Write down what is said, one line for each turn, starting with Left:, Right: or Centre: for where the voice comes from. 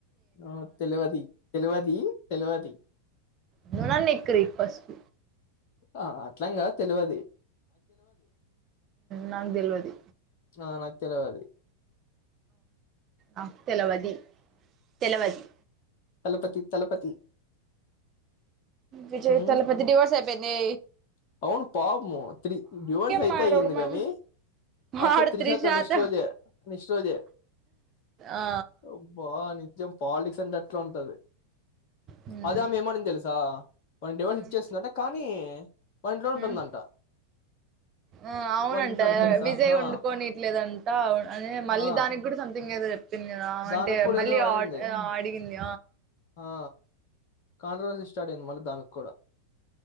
Left: ఆ తెలువది తెలువది తెలువది
Right: నువ్వు నన్ను ఎక్రీ ఫస్ట్
Left: ఆ అట్లంగాద్ తెలువది
Right: నాంగ్ తెలివది
Left: ఆ నాకు తెలువది
Right: ఆ తెలవది తెలవది
Left: తలపతి తలపతి
Right: విజయ్
Left: మ్మ్
Right: తలపతి డివోర్స్ అయిపోయిందంది
Left: అవును పాపము తీ డివర్స్ అయితేయింది
Right: మాయరోగం
Left: కాని
Right: వాడు
Left: అట్లే త్రిష
Right: త్రిషాతో
Left: తో నెక్స్ట్ రోజు నెక్స్ట్ రోజు
Right: ఆ
Left: ఆబా నిజం పాలిటిక్స్ అట్లా ఉంటంది
Right: మ్మ్
Left: అదే ఆమె ఏమని తెలుసా డివర్స్
Right: మ్మ్
Left: ఇచ్చేస్తుంట కానీ కానీ వాళ్ల ఇంట్లో ఉంటుందంట
Right: మ్మ్ ఆ అవునంట
Left: వాడి ఇంట్లోనే తెలుసా?
Right: విజయ్
Left: ఆ!
Right: వండుకోనిట్ లేదంట అని. మళ్ళీ
Left: ఆ!
Right: దానికి కూడా సంథింగ్ ఏదో చెప్పింది కదా
Left: దానికి
Right: అంటే
Left: కూడా
Right: మళ్ళీ
Left: ఏదో అయింది.
Right: ఆ అడిగింది
Left: ఆ కాండ రోజులు స్టార్ట్ అయింది మళ్ళీ దానికి కూడా